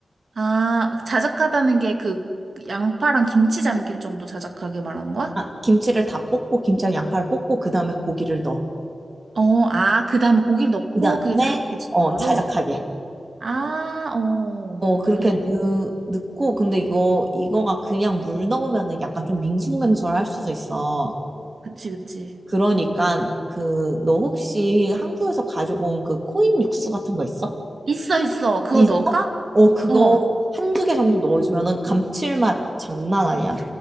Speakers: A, on the right; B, on the right.
A: 아, 자작하다는 게 그 양파랑 김치 잠길 정도 자작하게 말하는 거야?
B: 아, 김치를 다 볶고 김치랑 양파를 볶고 그다음에 고기를 넣어.
A: 어, 아, 그다음에 고기를 넣고
B: 그다음에
A: 그게 자작해질
B: 어
A: 정도로.
B: 자작하게.
A: 아, 어.
B: 어 그렇게
A: 그래.
B: 넣, 넣고 근데 이거 이거가 그냥 물 넣으면은 약간 좀 밍숭맹숭할 수도 있어.
A: 그치, 그치.
B: 그러니까 그 너 혹시 한국에서 가지고 온 그 코인 육수 같은 거 있어?
A: 있어, 있어. 그거
B: 있어?
A: 넣을까?
B: 어 그거
A: 어.
B: 한 두 개 정도 넣어주면은 감칠맛 장난 아니야.